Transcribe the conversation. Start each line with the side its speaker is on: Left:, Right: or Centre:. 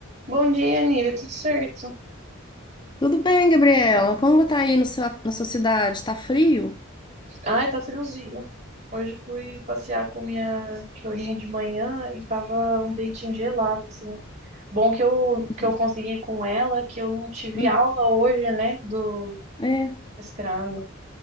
Right: Bom dia, Nívia, tudo certo?
Left: Tudo bem, Gabriela? Como tá aí no seu, na sua cidade? Tá frio?
Right: Ai, tá friozinho. Hoje fui passear com minha cachorrinha de manhã e tava um ventinho gelado, assim. Bom que eu, que
Left: Uhum.
Right: eu consegui com ela, que eu não tive
Left: Hum.
Right: aula hoje, né, do
Left: É,
Right: mestrado.